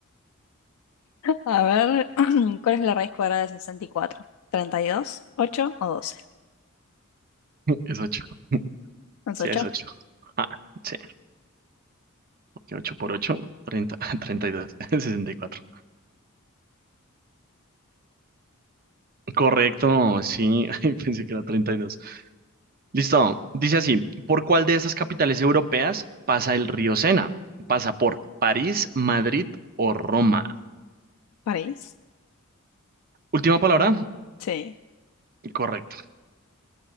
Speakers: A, on the left; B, on the right.
A: A ver, <clears throat> ¿cuál es la raíz cuadrada de sesenta y cuatro? Treinta y dos, ocho o 12.
B: <laughs> es ocho,
A: ¿Es
B: Sí,
A: ocho.
B: es 8. Ah, sí, 8 por ocho, treinta, <laughs> 32, <laughs> 64. Correcto, sí, <laughs> ay, pensé que era 32. Listo, dice así, ¿por cuál de esas capitales europeas pasa el río Sena? ¿Pasa por París, Madrid o Roma?
A: ¿París?
B: Última palabra,
A: Sí.
B: correcto.